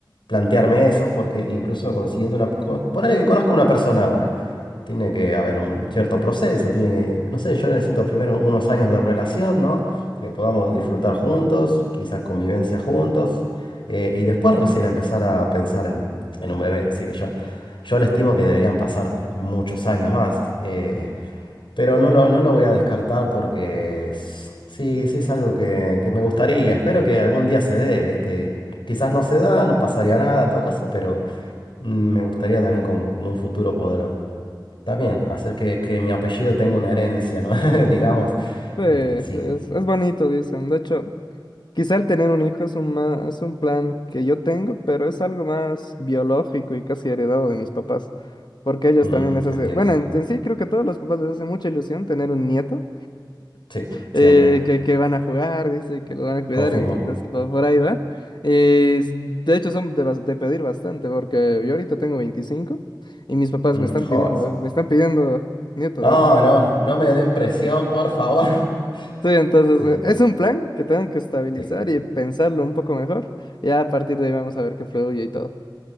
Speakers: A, on the left (about 85°); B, on the left (about 65°).
A: plantearme eso, porque incluso consiguiendo una, co- ponele que conozco a una persona ahora, tiene que haber un cierto proceso, tiene que, no sé, yo necesito primero unos años de relación, ¿no? Que podamos disfrutar juntos, quizás convivencia juntos, eh, y después recién empezar a pensar en, en un bebé, así que yo yo le estimo que deberían pasar muchos años más, eh, pero no lo, no lo voy a descartar porque es- sí, sí es algo que, que me gustaría. Espero que algún día se dé, ¿viste? Quizás no se da, no pasaría nada en todo caso, pero mm, me gustaría también como, como un futuro poder también hacer que, que mi apellido tenga una herencia, ¿no? <laughs> Digamos,
B: Sí,
A: este, sí,
B: sí, es, es bonito, dicen. De hecho, quizá el tener un hijo es un, ma- es un plan que yo tengo, pero es algo más biológico y casi heredado de mis papás, porque a ellos
A: Mm,
B: también les hace,
A: entiendo.
B: bueno, en, en sí creo que a todos los papás les hace mucha ilusión tener un nieto,
A: Sí,
B: eh,
A: siempre,
B: que, que van a jugar, dice, y que lo van a cuidar,
A: confirmo.
B: entonces po- por, ahí va. Y s- de hecho son de, bas- de pedir bastante, porque yo ahorita tengo 25 y mis papás
A: Mm,
B: me están
A: jodas.
B: pidiendo, me están pidiendo nieto,
A: No,
B: ¿verdad?
A: no, no me den presión, por favor. <laughs>
B: Sí, entonces
A: Sí.
B: eh, es un plan que tengo que estabilizar
A: sí.
B: y pensarlo un poco mejor. Ya a partir de ahí vamos a ver qué fluye y todo.